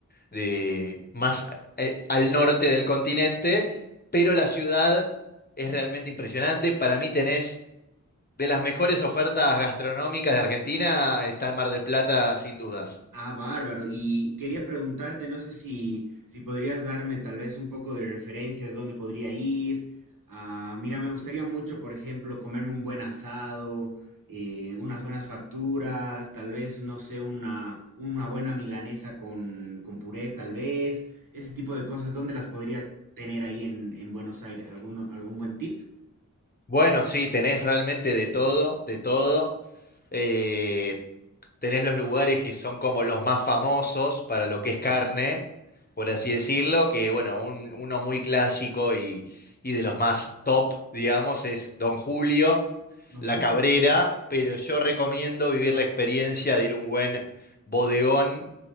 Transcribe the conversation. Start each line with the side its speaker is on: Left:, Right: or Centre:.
Left: de más eh, al norte del continente, pero la ciudad es realmente impresionante. Para mí tenés de las mejores ofertas gastronómicas de Argentina, está en Mar del Plata sin dudas.
Right: Ah, bárbaro. Y quería preguntarte, no sé si, si podrías darme tal vez un poco de referencias, dónde podría ir. Ah, mira, me gustaría mucho, por ejemplo, comerme un buen asado, eh, unas buenas facturas, tal vez, no sé, una, una buena milanesa con, con puré, tal vez. Ese tipo de cosas, ¿dónde las podría tener ahí en, en Buenos Aires? ¿Algún, algún buen tip?
Left: Bueno, sí, tenés realmente de todo, de todo. Eh, tenés los lugares que son como los más famosos para lo que es carne, por así decirlo, que bueno, un- uno muy clásico y, y de los más top, digamos, es Don Julio,
Right: Don
Left: La
Right: Julio.
Left: Cabrera, pero yo recomiendo vivir la experiencia de ir a un buen bodegón,